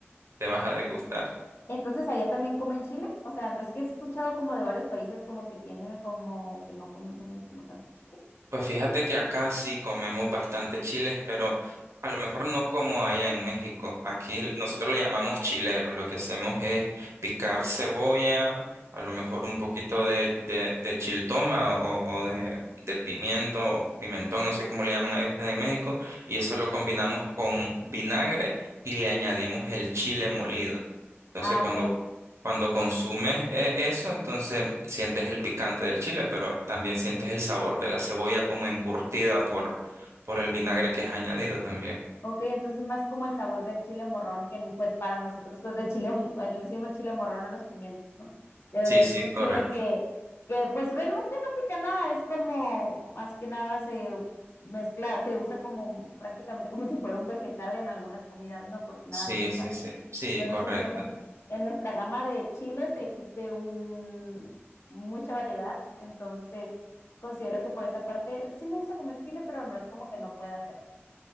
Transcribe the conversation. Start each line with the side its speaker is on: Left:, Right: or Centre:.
Right: te vas a degustar.
Left: Entonces, allá también comen chile. O sea, no es que he escuchado como de varios países como que tienen como que no consumen como tanto chile.
Right: Pues fíjate que acá sí comemos bastante chiles, pero a lo mejor no como allá en México. Aquí el- nosotros le llamamos chilero. Lo que hacemos es picar cebolla, a lo mejor un poquito de, de, de chiltoma o, o de, de pimiento o pimentón, no sé cómo le llaman ahí ustedes en México, y eso lo combinamos con vinagre y le añadimos el chile molido. Entonces,
Left: Ah,
Right: cuando
Left: ok.
Right: cuando consumes eh, eso, entonces sientes el picante del chile, pero también sientes el sabor de la cebolla como encurtida por, por el vinagre que es añadido también.
Left: Ok, entonces más como el sabor del chile morrón, que pues para nosotros, pues el chile, mo- eh, le decimos chile morrón a los pimientos, ¿no? Eh,
Right: Sí, sí,
Left: es un
Right: correcto.
Left: chile que, que pues realmente no pica nada, es como más que nada se mezcla, se usa como prácticamente como si fuera un vegetal en algunas comidas, ¿no? Porque nada
Right: Sí,
Left: más se para.
Right: sí, sí. Sí,
Left: Nosotros
Right: correcto.
Left: sí tenemos, en nuestra gama de chiles existe un, mucha variedad, entonces considero que por esa parte sí me gusta comer chile, pero no es como que no pueda hacerlo.